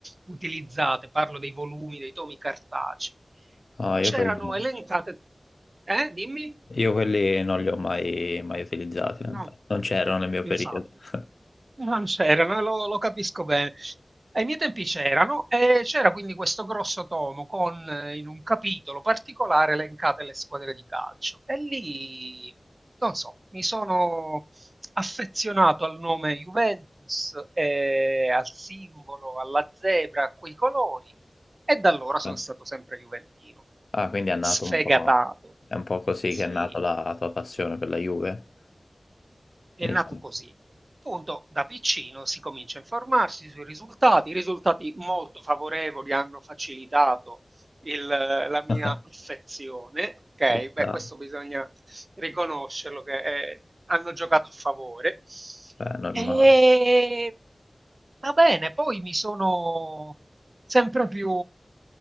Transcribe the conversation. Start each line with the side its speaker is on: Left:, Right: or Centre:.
Right: utilizzate, parlo dei volumi, dei tomi cartacei.
Left: No, io
Right: C'erano
Left: quelli, no.
Right: elencate... Eh, dimmi?
Left: Io quelli non li ho mai, mai utilizzati, in realtà.
Right: No,
Left: Non c'erano nel mio
Right: infatti.
Left: periodo. <laughs>
Right: No, non c'erano, lo lo capisco bene. Ai miei tempi c'erano e c'era quindi questo grosso tomo con eh, in un capitolo particolare elencate le squadre di calcio e lì, non so, mi sono affezionato al nome Juventus, e al simbolo, alla zebra, a quei colori e da allora sono
Left: Eh.
Right: stato sempre juventino.
Left: Ah, quindi è nato
Right: Sfegatato.
Left: un po', è un po' così
Right: Sì,
Left: che è nata la tua passione per la Juve?
Right: è
Left: Inizia-
Right: nato così. Appunto da piccino si comincia a informarsi sui risultati, risultati molto favorevoli hanno facilitato il la mia
Left: <laughs>
Right: affezione, okay,
Left: Ci
Right: beh
Left: sta.
Right: questo bisogna riconoscerlo che, ehm, hanno giocato a favore.
Left: Beh, è normale.
Right: Ehm Va bene, poi mi sono sempre più,